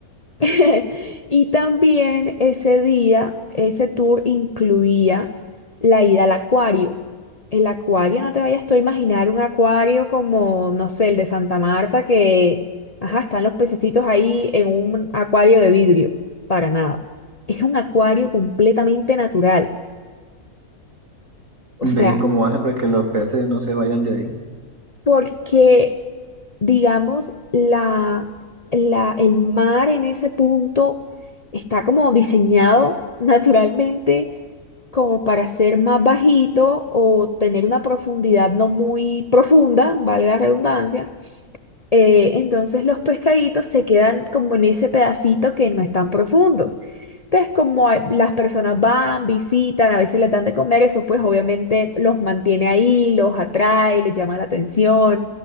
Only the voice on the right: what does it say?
Ve
y cómo hacen para que los peces no se vayan de ahí.